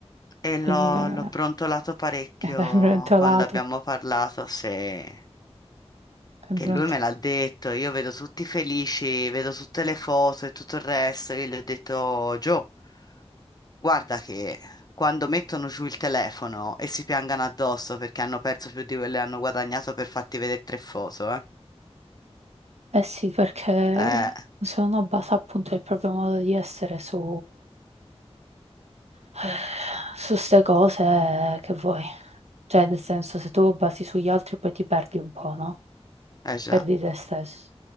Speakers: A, on the left (about 35°); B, on the right (about 80°).
A: E
B: Quindi
A: l'ho
B: eh,
A: l'ho brontolato parecchio
B: <laughs> è brontolato,
A: quando abbiamo parlato, se...
B: è
A: che
B: brontolato.
A: lui me l'ha detto, io vedo tutti felici, vedo tutte le foto e tutto il resto, io gli ho detto, Gio, guarda che quando mettono giù il telefono e si piangano addosso perché hanno perso più di quello che hanno guadagnato per farti vedere tre foto, eh.
B: Eh sì, perché
A: É,
B: se uno basa appunto il proprio modo di essere su <sighs> su ste cose che vuoi. Cioè, nel senso, se tu basi sugli altri poi ti perdi un po', no?
A: é já.
B: Perdi te stesso.